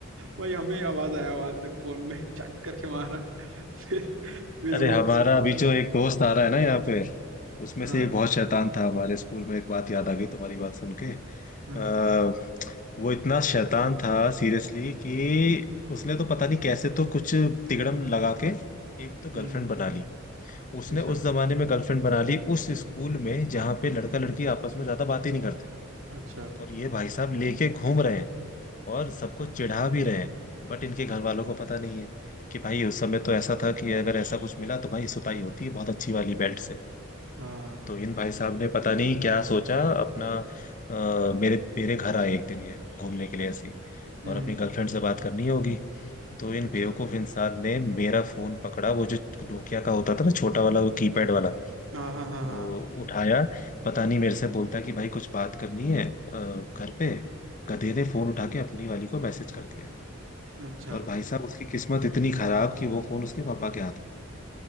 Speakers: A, on the right; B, on the left.
A: भाई हमें आवाज आया वहां तक फोन में चाट करके मारा <laughs> फिर फिर
B: अरे
A: वो
B: हमारा अभी जो एक दोस्त आ रहा है ना यहाँ पे उसमें
A: हाँ
B: से एक बहुत शैतान था हमारे स्कूल में एक बात याद आ गई तुम्हारी बात सुन के
A: हाँ
B: आ, वो इतना शैतान था सीरियसली कि उसने तो पता नहीं कैसे तो कुछ तिकड़म लगा के एक तो गर्लफ्रेंड
A: हम्म
B: बना ली उसने
A: अच्छा
B: उस जमाने में गर्लफ्रेंड बना ली उस स्कूल में जहाँ पे लड़का लड़की आपस में ज्यादा बात ही नहीं करते
A: अच्छा
B: और ये भाई साहब लेके घूम रहे हैं और सबको चिढ़ा भी रहे हैं बट इनके घर वालों को पता नहीं है कि भाई उस समय तो ऐसा था कि अगर ऐसा कुछ मिला तो भाई सुताई होती है बहुत अच्छी वाली बेल्ट से
A: हाँ हाँ
B: तो इन भाई साहब ने पता नहीं क्या सोचा अपना अ, मेरे मेरे घर आए एक दिन ये घूमने के लिए ऐसे ही,
A: हम्म
B: और अपनी गर्लफ्रेंड से बात करनी होगी तो इन
A: अच्छा
B: बेवकूफ इंसान ने मेरा फोन पकड़ा वो जो नोकिया का होता था ना छोटा वाला वो कीपैड वाला
A: हाँ हाँ हाँ
B: वो
A: हाँ
B: उठाया पता नहीं मेरे से बोलता है कि भाई कुछ बात करनी है अ, घर पे गधे ने फोन उठा के अपनी वाली को मैसेज कर दिया
A: अच्छा
B: और भाई साहब उसकी किस्मत इतनी खराब कि वो फोन उसके पापा के हाथ में